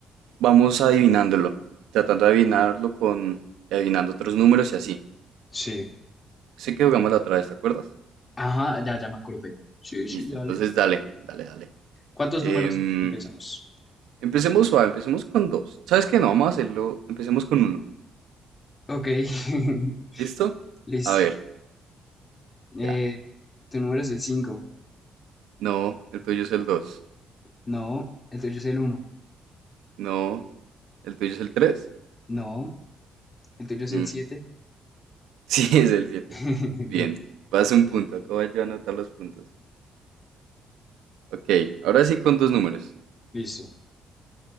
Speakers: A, on the right; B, on the left.
A: vamos adivinándolo, tratando
B: ok.
A: de adivinarlo con adivinando otros números y así.
B: Sí.
A: Sé que jugamos la otra vez, ¿te acuerdas?
B: Ajá, ya, ya me acordé. Sí, sí,
A: Listo,
B: dale.
A: entonces dale, dale, dale.
B: ¿Cuántos
A: Em,
B: números empezamos?
A: empecemos suave, empecemos con dos. ¿Sabes qué? No, vamos a hacerlo, empecemos con uno.
B: Ok, <laughs>
A: ¿Listo?
B: listo.
A: A ver,
B: Eh,
A: ya.
B: tu número es el 5.
A: No, el tuyo es el dos
B: No, el tuyo es el uno.
A: No, el tuyo es el 3.
B: No, el tuyo es
A: <laughs>
B: el siete.
A: Sí, es el siete
B: <laughs>
A: Bien,
B: Bien,
A: vas un punto. Acabo yo a anotar los puntos. Ok, ahora sí con dos números.
B: listo.